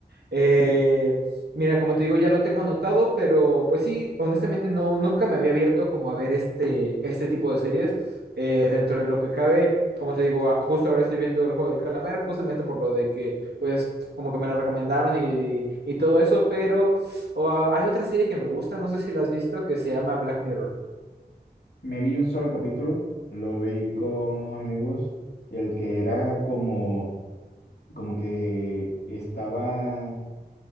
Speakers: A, on the right; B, on the left.
A: Eh, Mira, como te digo, ya lo tengo anotado, pero pues sí, honestamente no, nunca me había abierto como a ver este, este tipo de series. Eh, dentro de lo que cabe, como te digo, a- justo ahora estoy viendo El Juego del Calamar, justamente por lo de que, pues, como que me la recomendaron y, y todo eso, pero oh, hay otra serie que me gusta, no sé si la has visto, que se llama Black Mirror.
B: Me vi un solo capítulo, lo vi con unos amigos, el que era como, como que estaba